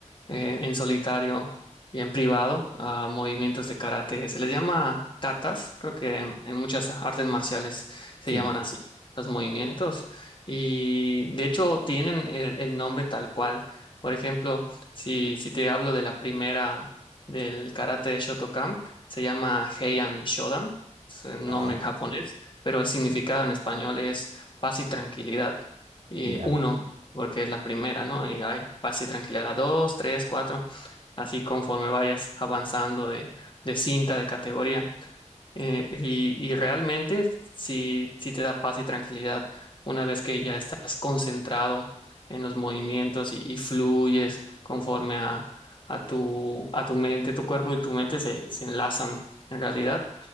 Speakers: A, on the left; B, on the right.
A: eh, en solitario y en privado, a movimientos de karate. Se les llama katas, creo que en, en muchas artes marciales se
B: Sí,
A: llaman así. los movimientos y de hecho tienen el, el nombre tal cual. Por ejemplo, si, si te hablo de la primera del karate de Shotokan, se llama Heian Shodan, es el
B: ajá,
A: nombre en japonés, pero el significado en español es paz y tranquilidad. Y
B: ya,
A: uno, porque es la primera, ¿no? Y hay paz y tranquilidad dos, tres, cuatro, así conforme vayas avanzando de, de cinta, de categoría. Eh, y, y realmente sí, sí te da paz y tranquilidad una vez que ya estás concentrado en los movimientos y, y fluyes conforme a, a tu, a tu mente, tu cuerpo y tu mente se, se enlazan en realidad.